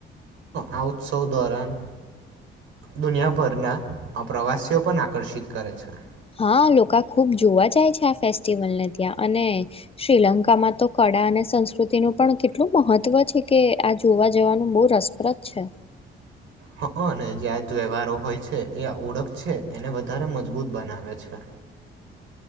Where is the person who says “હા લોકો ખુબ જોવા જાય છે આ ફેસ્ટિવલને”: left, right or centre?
Left